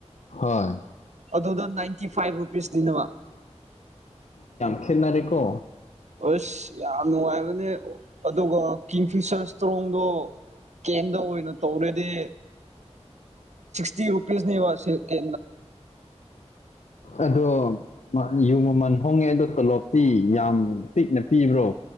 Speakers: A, on the left; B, on the right.
A: ꯍꯣꯏ
B: ꯑꯗꯨꯗ ꯅꯥꯏꯟꯇꯤ ꯐꯥꯏꯚ ꯔꯨꯄꯤꯁ ꯗꯤꯅꯕ
A: ꯈꯦꯅꯔꯦꯀꯣ
B: ꯑꯁ ꯌꯥꯝ ꯅꯨꯡꯉꯥꯏꯕꯅꯦ ꯑꯗꯨꯒ ꯐꯤꯁꯔ ꯏꯁꯇ꯭ꯔꯣꯡꯗꯣ ꯀꯦꯟꯗ ꯑꯣꯏꯅ ꯇꯧꯔꯦꯗꯤ ꯐꯤ ꯔꯨꯄꯤꯁ ꯅꯤ ꯋꯥꯔꯁ ꯀ
A: ꯑꯗꯣ ꯌꯨꯝ ꯃꯃꯜ ꯍꯣꯡꯉꯦ ꯑꯗꯣ ꯇꯣꯂꯣꯞꯇꯤ ꯌꯥꯝ ꯄꯤꯛꯅ ꯄꯤꯕ꯭ꯔꯣ